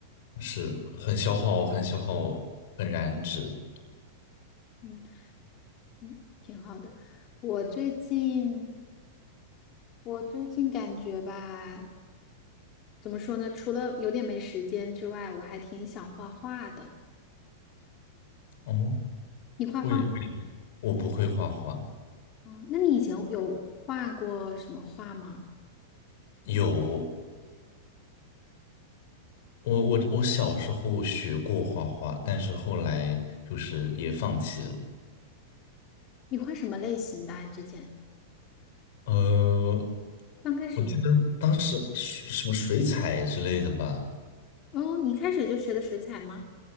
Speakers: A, on the left; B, on the left.
A: 是很消耗，很消耗，很燃脂。
B: 嗯嗯，挺好的。我最近，我最近感觉吧，怎么说呢？除了有点没时间之外，我还挺想画画的。
A: 哦，
B: 你画画吗？
A: 为为什么我不会画画，
B: 哦，那你以前有画过什么画吗？
A: 有我我我小时候学过画画，但是后来就是也放弃了。
B: 你画什么类型的啊之前
A: 呃，
B: 刚开始应该。
A: 我记得当时水什么水彩之类的吧。
B: 哦，你一开始就学的水彩吗？